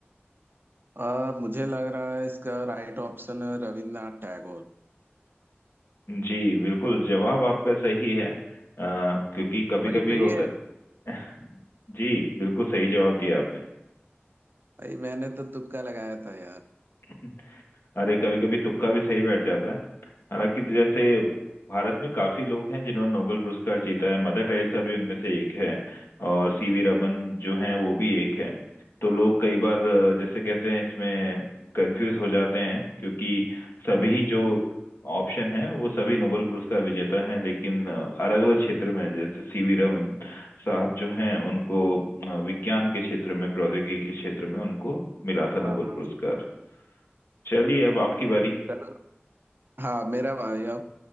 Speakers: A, on the right; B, on the left.
A: अ, मुझे लग रहा है इसका राइट ऑप्शन है रविन्द्रनाथ टैगोर
B: जी बिल्कुल जवाब आपका सही है अ, क्योंकि कभी
A: भाई
B: कभी
A: सही
B: होता
A: है
B: <laughs> है जी बिल्कुल सही जवाब दिया आपने
A: भाई मैंने तो तुक्का लगाया था यार
B: <laughs> अरे कभी कभी तुक्का भी सही बैठ जाता है हालांकि जैसे भारत में काफी लोग हैं जिन्होंने नोबेल पुरस्कार जीता है मदर टेरेसा भी उनमें से एक है और सीवी रमन जो हैं वो भी एक हैं तो लोग कई बार अ, जैसे कहते हैं इसमें कंफ्यूज हो जाते हैं क्योंकि सभी
A: हम्म
B: जो
A: हम्म।
B: ऑप्शन है वो सभी नोबेल पुरस्कार विजेता हैं लेकिन अलग अलग क्षेत्र में हैं। जैसे सीवी रमन साहब जो हैं उनको अ, विज्ञान के क्षेत्र में प्रौद्योगिकी के क्षेत्र में उनको मिला था
A: हाँ
B: नोबेल
A: हाँ
B: पुरस्कार चलिए अब आपकी बारी
A: चलो हाँ मेरा भाई अब